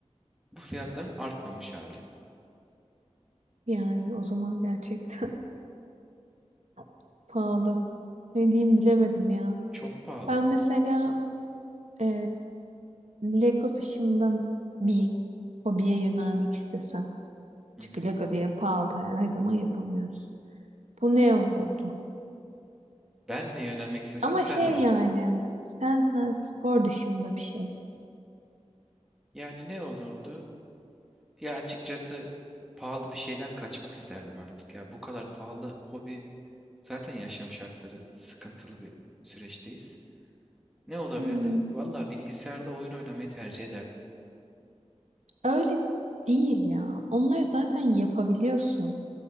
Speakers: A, in the centre; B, on the right.
A: Bu fiyatların artmamış hali.
B: Yani o zaman gerçekten <laughs> pahalı. Ne diyeyim bilemedim ya.
A: Çok pahalı.
B: Ben mesela Ee, Lego dışında bir hobiye yönelmek istesen.
A: Hı
B: Çünkü
A: hı.
B: Lego diye pahalı her zaman yapamıyoruz. Bu ne olurdu?
A: Ben mi yönelmek istesem
B: Ama
A: sen
B: şey
A: mi?
B: yani sen sen spor dışında bir şey.
A: Yani ne olurdu? Ya açıkçası pahalı bir şeyden kaçmak isterdim artık ya. Bu kadar pahalı hobi zaten yaşam şartları sıkıntılı bir süreçteyiz. Ne olabilirdi?
B: Hmm,
A: Valla bilgisayarda oyun oynamayı tercih ederdim.
B: öyle değil ya. Onları zaten yapabiliyorsun.